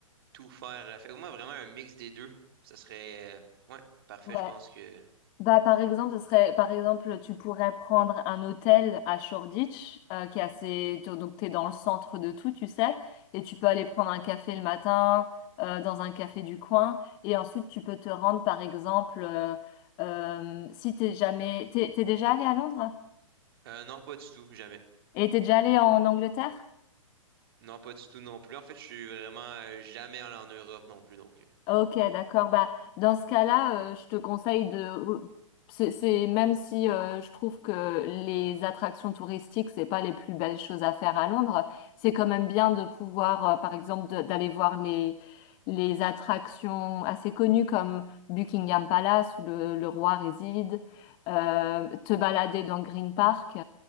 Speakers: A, on the right; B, on the left.
A: tout faire. euh, Fait que moi, vraiment un mix des deux. Ça serait, euh, ouais, parfait.
B: Ouais.
A: Je pense que,
B: Bah, par exemple, ce serait, par exemple, tu pourrais prendre un hôtel à Shoreditch, euh, qui est assez, tu- donc t'es dans le centre de tout, tu sais, et tu peux aller prendre un café le matin, euh, dans un café du coin, et ensuite tu peux te rendre, par exemple, euh, euh, si t'es jamais, t'es, t'es déjà allé à Londres?
A: euh, non, pas du tout, jamais.
B: Et t'es déjà allé en Angleterre?
A: Non, pas du tout non plus. En fait, je suis vraiment euh, jamais allé en Europe non plus, donc. euh,
B: Ok, d'accord. Bah, dans ce cas-là, euh, je te conseille de. C'est, c'est- même si euh, je trouve que les attractions touristiques, c'est pas les plus belles choses à faire à Londres, c'est quand même bien de pouvoir, euh, par exemple, de- d'aller voir les les attractions assez connues comme Buckingham Palace où le, le roi réside, euh, te balader dans Green Park,